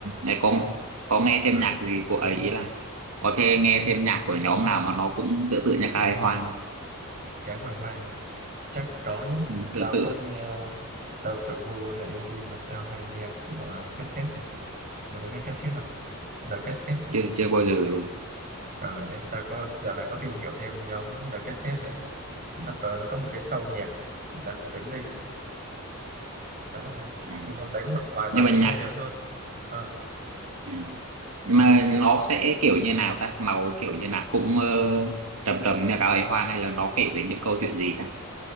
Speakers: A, on the right; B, on the right.
A: này có
B: ừ,
A: có nghe thêm
B: ừ.
A: nhạc gì của ấy ý là có thể nghe thêm nhạc của nhóm nào mà nó cũng tựa tựa nhạc Hai Hoang không?
B: cá hồi hoang hả? chắc có chứ
A: Ừ, Tựa
B: tao
A: tựa
B: có nghe tao kiểu gu là indie mà tao hay nghe của cassette này mày có nghe cassette không The Cassette
A: chưa chưa bao giờ luôn.
B: ở đây ta có dạo này có tìm hiểu thêm nhóm The Cassette nữa thì sắp tới nó có một cái show nhạc thì ta cũng tính đi khá là hay
A: À.
B: trong nhóm đấy có một vài bài
A: Nhưng mà
B: tao
A: nhạc
B: nghe được thôi ờ,
A: ừ. Nhưng
B: ờ,
A: mà
B: nhạc
A: nó sẽ kiểu như nào ta? Màu kiểu như nào cũng ờ, trầm trầm như cả ấy Hoang hay là nó kể về những câu chuyện gì ta?